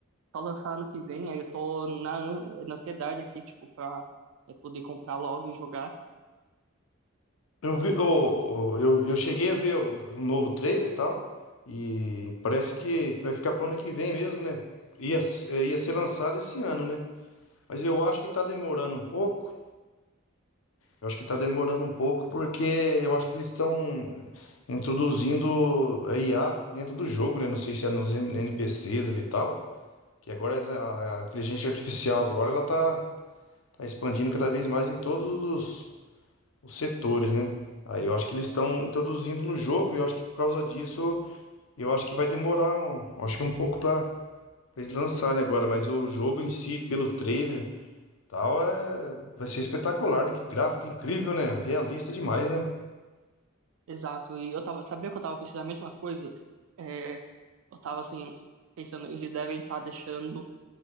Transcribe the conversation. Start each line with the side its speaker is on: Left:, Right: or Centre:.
Right: só lançar ano que vem. Aí eu tô na, an- na ansiedade aqui, tipo, pra é, poder comprar logo e jogar.
Left: Eu vi, ô, ô, eu, eu cheguei a ver o, o novo trailer e tal, e parece que, que vai ficar pro ano que vem mesmo, né? Ia, s- eh, ia ser lançado esse ano, né? Mas eu acho que tá demorando um pouco. Eu acho que tá demorando um pouco porque eu acho que eles estão introduzindo a IA dentro do jogo, né? Não sei se é nos N- NPCs ali e tal, que agora essa- a, a inteligência artificial agora ela tá, tá expandindo cada vez mais em todos os os setores, né? Aí eu acho que eles estão introduzindo no jogo e eu acho que por causa disso, eu acho que vai demorar um, acho que um pouco para eles lançarem agora, mas o jogo em si, pelo trailer, tal, é vai ser espetacular, né? Que gráfico incrível, né? Realista demais, né?
Right: Exato. E eu tava, sabia que eu tava pensando a mesma coisa? É, eu tava assim, pensando, eles devem estar deixando,